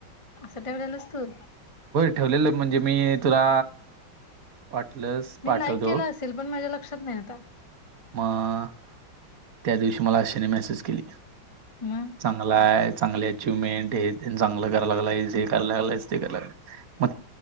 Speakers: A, on the left (about 25°); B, on the right (about 50°).
A: सट्या वळेल असतू
B: ठेवलेलं म्हणजे मी तुला वाट लस
A: मी
B: पाठवतो
A: लाईक केला असेल पण माझ्या लक्षात नाही आता
B: मग त्या दिवशी मला अशेने मेसेज केली
A: मग
B: चांगला आहे चांगले अचिव्हमेंट हे चांगलं कराय लागयस हे कराय लागयच ते कराय लाग मग